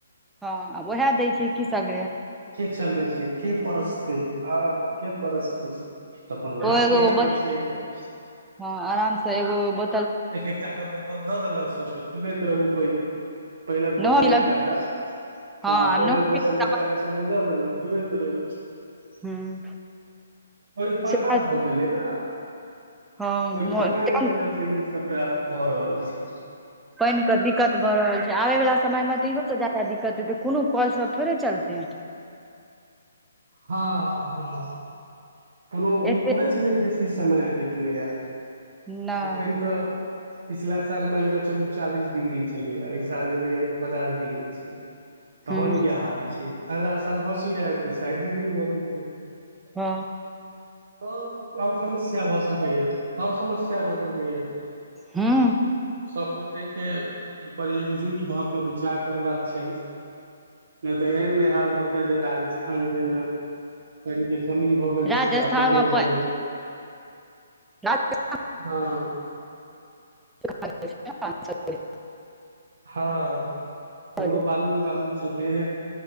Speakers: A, in the centre; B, on the right (about 55°).
A: हँ आब उएह दै छैय की सगरे
B: चलेते के परसतय आ के परसतय तऽ अपन उएह
A: ओ एगो
B: पिया दय
A: बोत
B: छैय अपन
A: हँ आराम से एगो बो
B: एक एक टा क बोतल दऽ देलक सभके पीबैत रहू पानि पानिक बोतल
A: नहो पीलक
B: एकटा क
A: हँ
B: ह
A: आब
B: पानिक
A: नहो
B: बोतल
A: पीलक
B: एकटा क सबके दऽ देलक पिबैत रहु कोइरहपाना
A: हूँ सैह
B: भ गेलै ना
A: हँ
B: कोरिपाना
A: मोन तें
B: के वजह से ई सभटा भऽ रहल छैय
A: पानि के दिक्कत भऽ रहल छै आबे वाला समय में तऽ इहो सँ ज्यादा का दिक्कत हेतै कोनो कल सब थोड़े चलते
B: हँ हँ कोनो
A: एते
B: ई थोरे छय जे बेस की समये बितलै यऽ
A: नहि
B: एखन तऽ पिछला साल मान कऽ चलू चालीस डिग्री छलैए एहि साल एलैए तऽ पचास डिग्री छैय तहन
A: हूँ
B: इएह हाल छैय अगला साल भऽ सकय यै फेर साठि डिग्री भऽ जेतै
A: ह
B: त त आओर समस्या भ सकैय यऽ आओर समस्या भऽ सकैय यऽ
A: हूँ
B: सब गोटे के एहि पर एकजुट भऽ क विचार करबाक छैह नहि तऽ एहन नहि हाल भ जाय जे राजस्थान जेना पइन के कमी भऽ गेल छैय
A: राजस्थान
B: तऽ तैयो
A: मे
B: भऽ
A: पानि
B: जाय
A: राजस्थान
B: ह
A: <unintelligible>
B: हँ हमरो
A: हँ
B: बालूए बालू छै तऽ